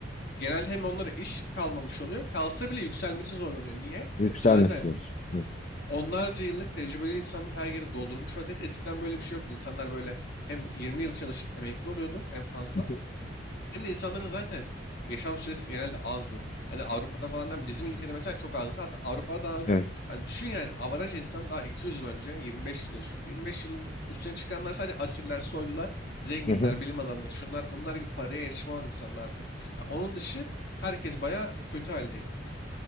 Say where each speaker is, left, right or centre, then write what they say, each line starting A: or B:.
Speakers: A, on the left (about 50°); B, on the left (about 35°).
A: Genelde hem onlara iş kalmamış oluyor. Kalsa bile yükselmesi zorlanıyor. Niye?
B: Yükselmesi
A: Zaten
B: olur. Evet.
A: onlarca yıllık tecrübeli insanlar her yeri doldurmuş vaziyette. Eskiden böyle bir şey yoktu. İnsanlar böyle hem 20 yıl çalışıp emekli oluyordu en fazla.
B: Hı hı.
A: Hem de insanların zaten yaşam süresi genelde azdı. Hadi Avrupa'da falan da bizim ülkede mesela çok azdı. Hatta Avrupa'da azdı.
B: Evet.
A: Yani düşün yani avaraj insan daha 200 yıl önce 25 yıl yaşıyordu. 25 yılın üstüne çıkanlar sadece asiller, soylular, zenginler,
B: Hı hı.
A: bilim adamları, şunlar bunlar gibi paraya erişim olan insanlardı. Ya onun dışı herkes bayağı kötü haldeydi.